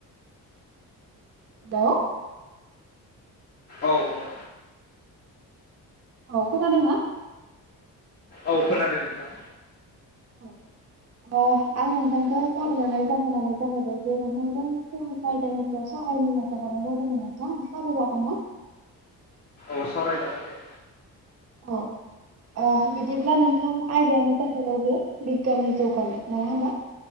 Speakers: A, on the right (about 35°); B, on the left (about 20°).
A: हेल'
B: औ हेल'
A: औ खोनादोंना?
B: औ खोनादों नोंथां।
A: औ। अ आं नोंथांखौ कल हरनाय जाहोनानो जाहैबाय जे नोंथांजों फंनैसो आयदानि सायाव सावरायनो होननानै सो हरनाय जादोंमोन नोंथां सावरायजागोन ना?
B: औ सावरायजागोन दे।
A: अ अ बिदिब्ला नोंथां आयदायानो जाहैबाय जे बिगियाननि जौगानाय नङा होमबा।